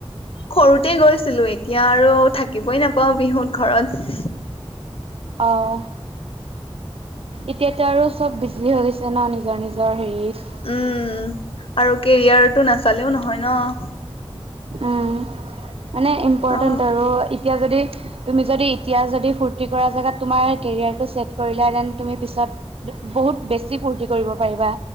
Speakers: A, on the left; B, on the right.
A: সৰুতে গৈছিলো এতিয়া আৰু থাকিবই নাপাও বিহুত ঘৰত।
B: আহ এতিয়াতো আৰু চব বিজি হৈ গৈছে ন নিজৰ নিজৰ হেৰিত।
A: উম আৰু কেৰিয়াৰটো নাচালেও নহয় ন?
B: উম মানে ইম্পৰ্টেণ্ট
A: অ
B: আৰু এতিয়া যদি তুমি যদি এতিয়া যদি ফূৰ্তি কৰা জেগাত তোমাৰ কেৰিয়াৰটো ছেট কৰিলা দেন তুমি পিছত বহুত বেছি ফূৰ্তি কৰিব পাৰিবা